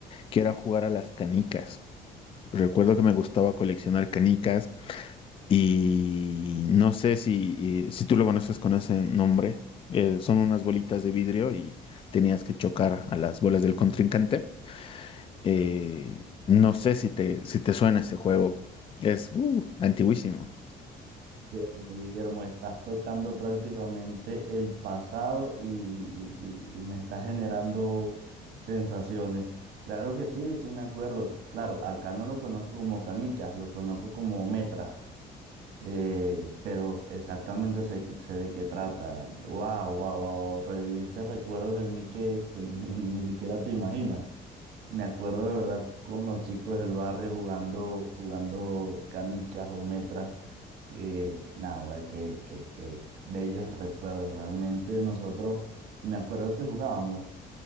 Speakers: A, on the left; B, on the right.
A: que era jugar a las canicas. Recuerdo que me gustaba coleccionar canicas Y no sé si, y- si tú lo conoces con ese nombre. eh, son unas bolitas de vidrio y tenías que chocar a las bolas del contrincante. Eh, no sé si te, si te suena ese juego. Es uh, antiguísimo.
B: Guillermo, Guillermo, estás tocando prácticamente el pasado y, y- y- y me estás generando sensaciones. Claro que sí, sí me acuerdo. Claro, acá no lo conozco como Canicas, lo conozco como Metra. Eh, pero exactamente sé, sé de qué trata. Wow, wow, wow, wow. Reviviste recuerdos en mí que, que <laughs> ni, ni siquiera te imaginas. Me acuerdo de verdad con los chicos del barrio jugando, jugando canicas o metras. Que, nada, verdad, que, que, que bellos recuerdos. Realmente nosotros, me acuerdo que jugábamos